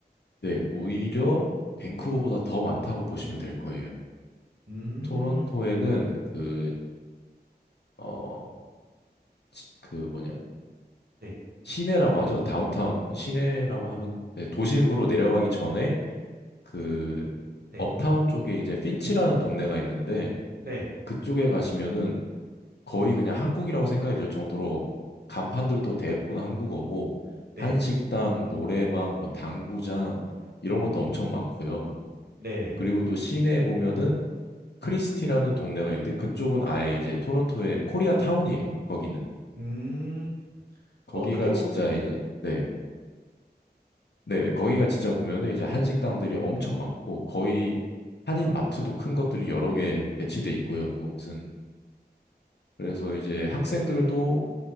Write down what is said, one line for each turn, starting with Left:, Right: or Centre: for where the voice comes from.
Left: 네, 오히려 밴쿠버보다 더 많다고 보시면 될 거예요.
Right: 음,
Left: 토론토에는 그, 어, 시- 그 뭐냐,
Right: 네,
Left: 시내라고 하죠. 다운타운, 시내라고 하면, 네, 도심으로 내려가기 전에 그,
Right: 네,
Left: 업타운 쪽에 이제 핀치라는 동네가 있는데
Right: 네,
Left: 그쪽에 가시면은 거의 그냥 한국이라고 생각이 들 정도로 간판들도 대부분 한국어고
Right: 네,
Left: 한식당, 노래방, 뭐 당구장 이런 것도 엄청 많고요.
Right: 네, 네.
Left: 그리고 또 시내에 보면은 크리스티라는 동네가 있는데 그쪽은 아예 이제 토론토의 코리아 타운이에요. 거기는
Right: 음,
Left: 거기가
Right: 어떻게 보면
Left: 진짜
Right: 네,
Left: 이제 네. 네, 네. 거기가 진짜 보면은 이제 한식당들이 엄청 많고 거의 한인 마트도 큰 것들이 여러 개 배치돼 있고요. 그곳은 그래서 이제 학생들도
Right: 네.